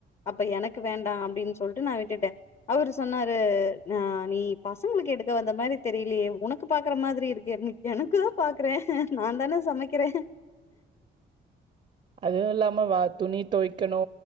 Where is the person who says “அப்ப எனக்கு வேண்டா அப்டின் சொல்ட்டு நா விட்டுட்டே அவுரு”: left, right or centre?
Left